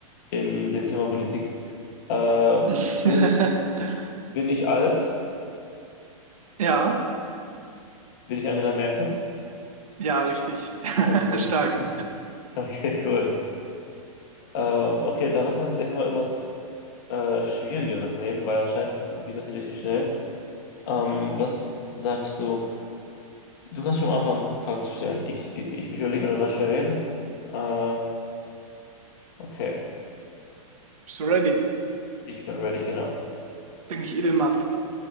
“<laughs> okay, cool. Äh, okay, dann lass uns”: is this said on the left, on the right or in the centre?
Left